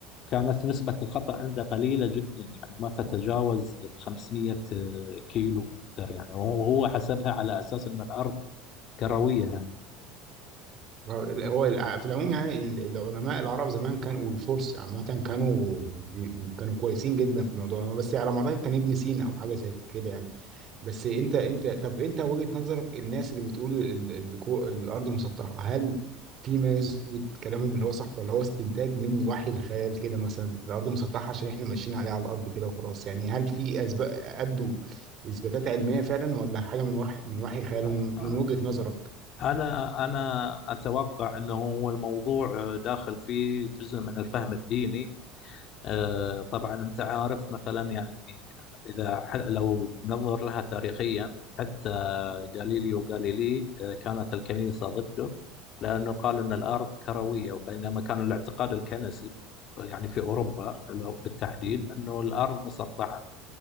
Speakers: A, on the left (about 45°); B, on the right (about 35°).
A: كانت نسبة الخطأ عنده قليلة جدا يعني ما تتجاوز 500 كيلو متر يعني وهو هو حسبها على أساس أن الأرض كروية يعني
B: آه، ال- هو الع- في العموم يعني ال- العلماء العرب زمان كانوا والفرس عامة كانوا بي- كانوا كويسين جدا في الموضوع ده بس على ما اعتقد كان ابن سينا او حاجة زي كده يعني بس انت انت طب انت وجهة نظرك الناس اللي بتقول ال- الكو- الارض مسطحة هل في ما يثبت كلامهم اللي هو صح ولا هو استنتاج من وحي الخيال كده مثلا الارض مسطحة عشان احنا ماشيين عليها على الارض كده وخلاص يعني هل في اسباب ادوا اثباتات علمية فعلا ولا حاجة من وحي من وحي خيالهم
A: آه، آه،
B: من وجهة نظرك
A: أنا أنا أتوقع أنه هو الموضوع داخل فيه جزء من الفهم الديني آه، طبعا أنت عارف مثلا يعني إذا ح- لو ننظر لها تاريخيا حتى غاليليو غاليلي آه، كانت الكنيسة ضده لأنه قال أن الأرض كروية بينما كان الاعتقاد الكنسي يعني في أوروبا لو- بالتحديد
B: مم.
A: أنه الأرض مسطحة